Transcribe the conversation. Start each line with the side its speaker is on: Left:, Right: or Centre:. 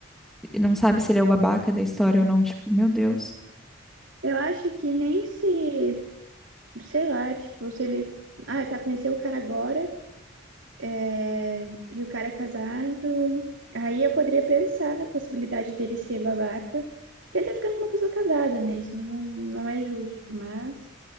Centre: não sabe se ele é o babaca da história ou não. Tipo, meu Deus.
Right: Eu acho que nem se, sei lá, tipo, se ele, ah, tá conheceu o cara agora, é, e o cara é casado. Aí eu poderia pensar na possibilidade dele ser babaca. Porque ele tá ficando com uma pessoa casada, né? Isso não, não é justo. Mas